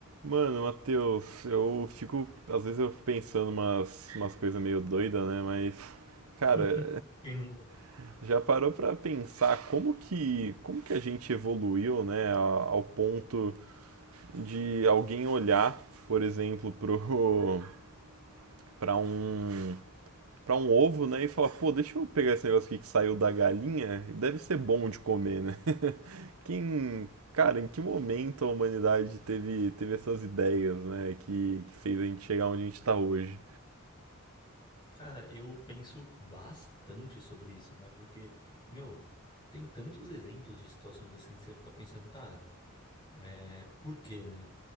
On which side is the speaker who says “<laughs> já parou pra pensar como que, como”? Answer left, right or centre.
Right